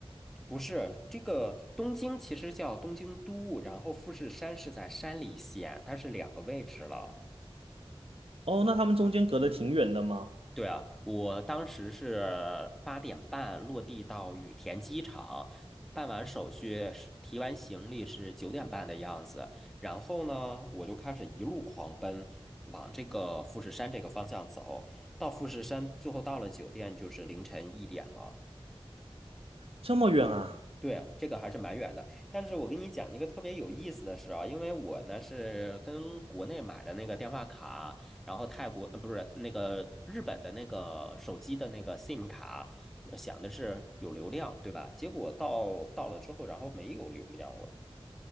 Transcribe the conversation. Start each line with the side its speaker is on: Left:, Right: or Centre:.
Centre: 不是这个东京其实叫东京都，然后富士山是在山梨县，它是两个位置了。
Right: 哦，那他们中间隔得挺远的吗？
Centre: 对啊，我当时是八点半落地到羽田机场，办完手续是提完行李是九点半的样子，然后呢，我就开始一路狂奔往这个富士山这个方向走，到富士山最后到了酒店就是凌晨一点了。
Right: 这么远啊？
Centre: 对，这个还是蛮远的，但是我跟你讲一个特别有意思的事啊，因为我呢是跟国内买的那个电话卡，然后泰国，呃，不是那个日本的那个手机的那个 SIM 卡，呃想的是有流量，对吧？结果到到了之后，然后没有流量了。